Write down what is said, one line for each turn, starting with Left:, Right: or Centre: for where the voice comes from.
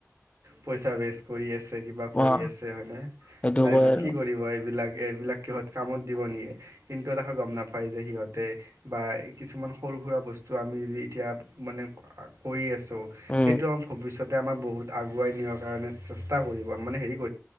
Right: পইচা ৱেষ্ট কৰি আছে। কিবা কৰি
Left: অ'।
Right: আছে হয় নে
Left: সেইটো
Right: লাইফট
Left: কয় আৰু
Right: কি কৰিব? এইবিলাক এইবিলাক কিহঁত কামত দিব নিয়ে কিন্তু এটা ক গম নাপায় যে সিহঁতে বা কিছুমান সৰু সুৰা বস্তু আমি য এতিয়া মানে কৰি আছোঁ। ত'
Left: উম
Right: সেইটো আমাৰ ভৱিষ্যত আমাৰ বহুত আগ আগুৱাই নিয়াৰ কাৰণে চেষ্টা কৰিব। মানে হেৰি